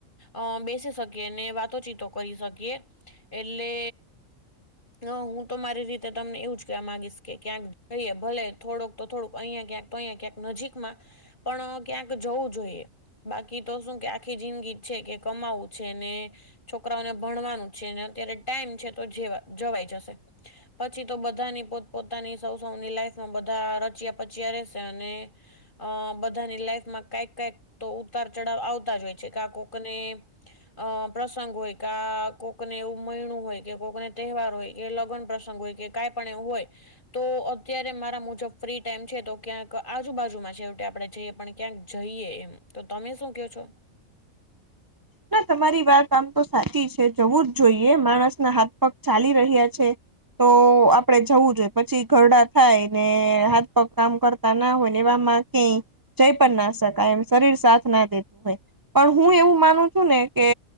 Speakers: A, on the left; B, on the right.
A: અ બેસી શકીએ ને વાતોચીતો કરી શકીએ એટલે ન હું તો મારી રીતે તમને એવું જ કેવા માગીશ કે ક્યાંક જઈએ ભલે થોળોક તો થોડુંક અંયા ક્યાંક તો અંયા ક્યાંક નજીકમાં પણ ક્યાંક જવું જોઈએ. બાકી તો શું કે આખી જિંદગી છે કે કમાવું છે ને છોકરાઓને ભણવાનું છે ને અત્યારે ટાઈમ છે તો જેવા જવાઈ જશે. પછી તો બધાની પોત પોતાની સૌ સૌની લાઈફ બધા રચિયા પચિયા રેશે અને અ બધાની લાઈફમાં કંઈક કંઈક તો ઉતાર ચઢાવ આવતા જ હોય છે કા કોકને અ પ્રસંગ હોય કા કોકને એવું મઈણું હોય કે કોકને તહેવાર હોય કે લગ્ન પ્રસંગ હોય કે કાઈ પણ એવું હોય તો અત્યારે મારા મુજબ ફ્રી ટાઈમ છે તો ક્યાંક આજુબાજુમાં છેવટે આપડે જઈએ પણ ક્યાંક જઈએ એમ તો તમે શું ક્યો છો
B: ના તમારી વાત આમ તો સાચી છે જવું જ જોઈએ માણસના હાથ-પગ ચાલી રહ્યા છે. તો આપડે જવું જોઈ પછી ઘરડા થાય ને હાથ-પગ કામ કરતા ના હોય ને એવામાં કે જઈ પણ ના શકાય એમ શરીર સાથ ના દેતું હોય પણ હું એવું માનું શું ને કે